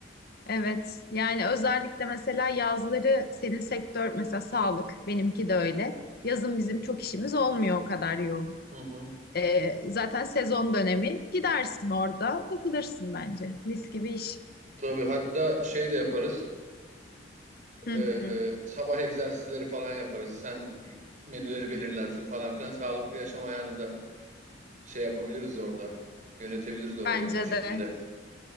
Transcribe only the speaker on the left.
Evet, yani özellikle mesela yazları senin sektör mesela sağlık, benimki de öyle. Yazın bizim çok işimiz olmuyor o kadar yoğun.
Ee, zaten sezon dönemi gidersin orada takılırsın bence. Mis gibi iş.
Hı
hı,
bence
de.